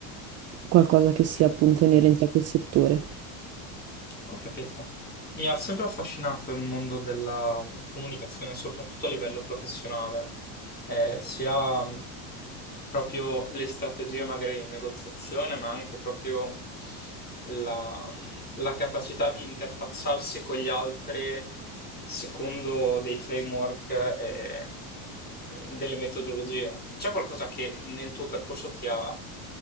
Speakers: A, on the right (about 35°); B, on the left (about 20°).
A: qualcosa che sia appunto inerente a quel settore.
B: Ho capito. Mi ha sempre affascinato il mondo della mm, comunicazione, soprattutto a livello professionale eh, sia mh, proprio le strategie magari in negoziazione, ma anche proprio la, mh, la capacità di interfacciarsi con gli altri secondo dei framework e mh, delle metodologie. C'è qualcosa che nel tuo percorso ti ha,